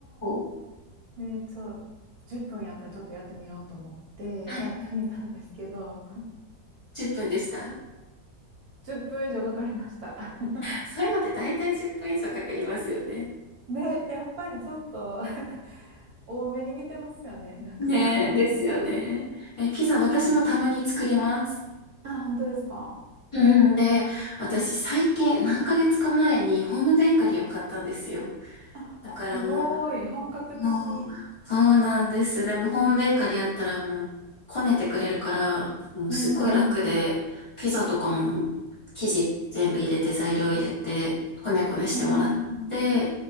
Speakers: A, on the left; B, on the right.
A: ー。
B: <laughs> で、ちょ、10分やったらちょっとやってみようと思ってやってみたんですけど、
A: はい。10分でした。
B: 10分以上かかりました。<laughs>
A: そういうのって大体10分以上かかりますよね。
B: ね、やっぱりちょっと <laughs> 多めに見てますよね。なんかそういう。
A: ねえ、ですよね。え、ピザ私もたまに作ります。
B: うんあ、本当ですか
A: うん、で、私最近何ヶ月か前にホームベーカリーを買ったんですよ。
B: うんあ、
A: だからも
B: すごい。本格的。
A: う、もう、そうなんです。でもホームベーカリーやったらもう、こねてくれるから、もうすっごい楽で、
B: うんうんうん。
A: ピザとかも生地全部入れて材料入れて、こねこねしてもらって、
B: うんうんうん。